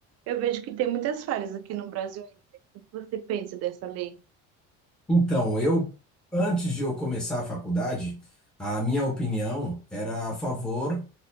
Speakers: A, on the right; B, in the centre.
A: eu vejo que tem muitas falhas aqui no Brasil ainda. O que você pensa dessa lei?
B: Então, eu, antes de eu começar a faculdade, a minha opinião era a favor